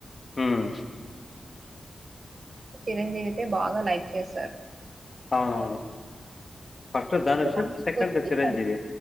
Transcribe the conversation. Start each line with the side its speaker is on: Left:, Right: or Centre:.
Left: హ్మ్.
Right: చిరంజీవితే బాగా లైక్ చేస్తారు.
Left: అవునవును. ఫస్ట్ ధనుష్
Right: అంటే తమిళకి
Left: సెకండ్
Right: వచ్చి
Left: చిరంజీవి.